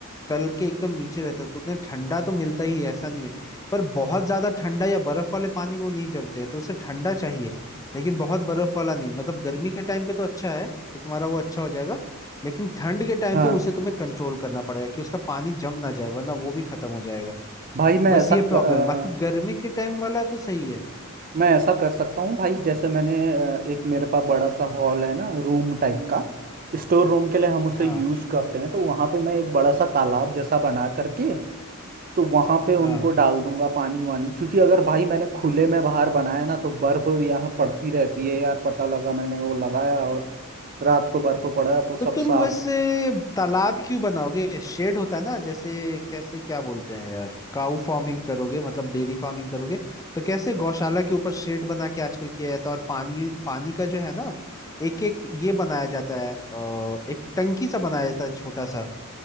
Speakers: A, on the left; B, on the right.
A: तल के एकदम नीचे रहता है तो उन्हें ठंडा तो मिलता ही है, ऐसा नहीं है पर बहुत ज्यादा ठंडा या बर्फ वाले पानी में वो नहीं जमते हैं तो उसे ठंडा चाहिए लेकिन बहुत बर्फ वाला नहीं मतलब गर्मी के टाइम पे तो अच्छा है कि तुम्हारा वो अच्छा हो जाएगा लेकिन ठंड के टाइम
B: हाँ
A: पे उसे तुम्हें कंट्रोल करना पड़ेगा कि उसका पानी जम ना जाए वरना वो भी खत्म हो जाएगा
B: भाई मैं
A: बस
B: ऐसा
A: ये प्रॉब्लम
B: क, अ,
A: है बाकी गर्मी के टाइम वाला तो सही है
B: मैं ऐसा कर सकता हूँ भाई जैसे मैंने अ, एक मेरे पास बड़ा सा हॉल है ना रूम टाइप का स्टोर रूम के लिए हम उसे
A: हाँ
B: यूज़ करते हैं तो वहाँ पे मैं एक बड़ा सा तालाब जैसा बना करके तो वहां पे उनको
A: हाँ
B: डाल दूंगा पानी वानी क्योंकि अगर भाई मैंने खुले में बाहर बनाया ना तो बर्फ यहाँ पड़ती रहती है यार पता लगा मैंने वो लगाया और रात को बर्फ पड़ा तो सब
A: तो तुम
B: साफ
A: वैसे तालाब क्यों बनाओगे शेड होता है ना जैसे कैसे क्या बोलते हैं यार काउ फार्मिंग करोगे मतलब डेयरी फार्मिंग करोगे तो कैसे गौशाला के ऊपर शेड बना के आजकल किया जाता है और पानी पानी का जो है ना एक एक ये बनाया जाता है अ, एक टंकी सा बनाया जाता है छोटा सा